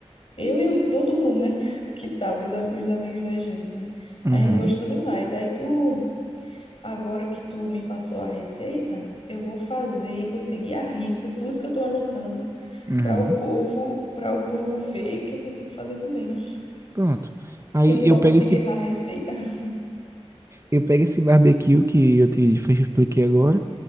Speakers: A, on the left (about 60°); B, on the right (about 25°).
A: eu e o- todo mundo, né? <laughs> Que tava, os, a- os amigos da gente.
B: Uhum,
A: A gente gostou demais. Aí tu, agora que tu me passou a receita, eu vou fazer e vou seguir à risca tudo que eu tô anotando
B: uhum.
A: para o povo, para o povo ver que eu consigo fazer também, né?
B: Pronto. Aí
A: que eu não só
B: eu pego
A: consigo
B: esse,
A: errar a receita. <laughs>
B: eu pego esse barbecue que eu te fe- expliquei agora,